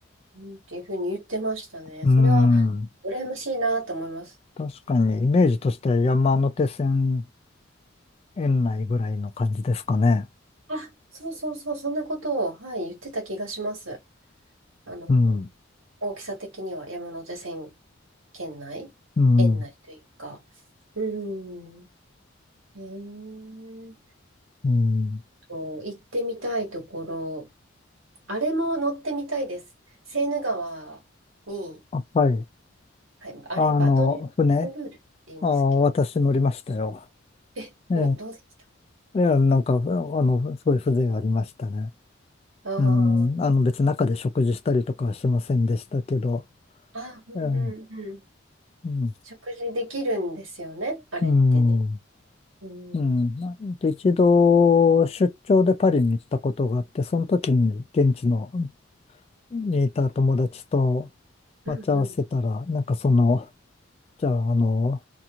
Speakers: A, on the right; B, on the left.
A: うんっていうふうに言ってましたね。
B: うん。
A: それは羨ましいなと思います。
B: 確かに、イメージとしては山手線園内ぐらいの感じですかね。
A: あ、そうそうそう、そんなことを、はい、言ってた気がします。あの、
B: うん、
A: 大きさ的には山手線圏内、
B: うん、
A: 園内というか。うん。へえ。
B: うん。
A: と行ってみたいところ、あれも乗ってみたいです。セーヌ川に、
B: あはい。
A: はい、あれ、
B: あの、
A: バトン、バトンルールって言うんですっけ
B: 船、あ、私乗りましたよ。
A: え、
B: え
A: お、どうでした
B: え、いや、なんか、あの、すごい風情ありましたね。
A: ああー、
B: うん、あの、別に中で食事したりとかはしませんでしたけど、
A: あ、うんうんうん。
B: ええ、うん、
A: 食事できるんですよね、あれってね。
B: うん、
A: うん。
B: うん。なん一度、出張でパリに行ったことがあって、その時に現地のにいた友達と待ち合わせたら、
A: うんうん。
B: なんかその、じゃあ、あの、